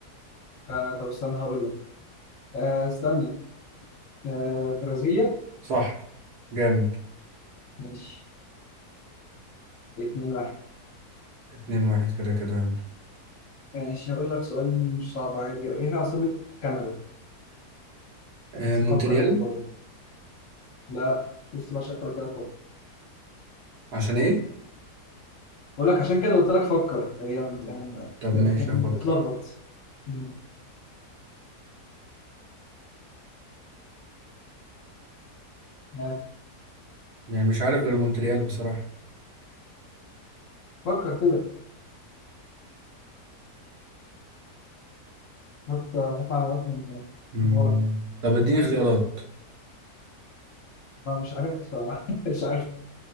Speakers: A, on the left (about 55°); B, on the right (about 70°).
A: آه طب استنى هقول لك آه استنى آه برازيليا
B: صح جامد
A: ماشي اتنين واحد
B: اتنين واحد كده كده يلا
A: ماشي هقول لك سؤال مش صعب عادي ايه هي عاصمة كندا؟
B: أه
A: بس
B: مونتريال
A: فكر يعني برضه لا شفت بقى شكلك كده فوق.
B: عشان إيه
A: بقول لك عشان كده قلت لك فكر هي يعني يعني
B: طب ماشي هفكر
A: بتلخبط مم. يعني
B: يعني مش عارف غير مونتريال بصراحة
A: فكر كده هات هات معلومات من
B: مم.
A: من ورا
B: طب اديني
A: من بعيد
B: اختيارات
A: أنا مش عارف <laughs> مش عارف